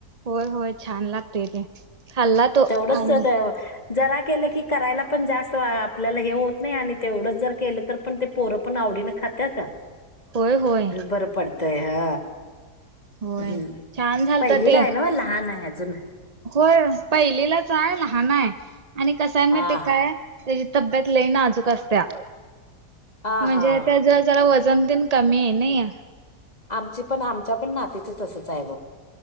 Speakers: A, on the right; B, on the left.
A: होय होय छान लागतेय ते खाल्ला तो
B: तेवढंच
A: आणि
B: तर जरा केलं की करायला पण जास्त आपल्याला हे होत नाही आणि ते एवढंच जर केलं तर पण ते पोरं पण आवडीने खात्याात आणि
A: होय होय
B: बरं पडत ह
A: होय
B: हम्
A: छान झालत
B: पहिलीला
A: ते
B: आहे ना लहान आहे अजून
A: होय पहिलेलाच आहे लहान आहे आणि कसय
B: हा
A: मा ते काय त्याची तब्येत लय नाजूक असत्या
B: हा हा
A: म्हणजे
B: हा
A: त्या जर जरा वजन तन कमी आहे नाही या
B: आमची पण आमच्या पण नातीच तसंच आहे बघ